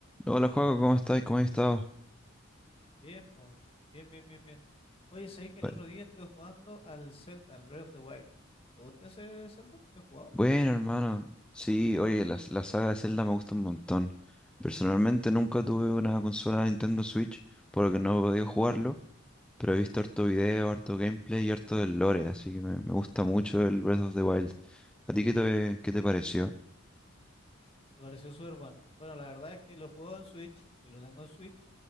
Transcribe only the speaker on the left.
Bien, po. Bien, bien, bien, bien. Oye, sabéis que el
otro día estuve jugando al Zelda, al Breath of the Wild. ¿Te gusta ese Zelda? ¿Lo he jugado?
Me pareció súper bueno. Bueno, la verdad es que lo he jugado en Switch, yo lo tengo en Switch,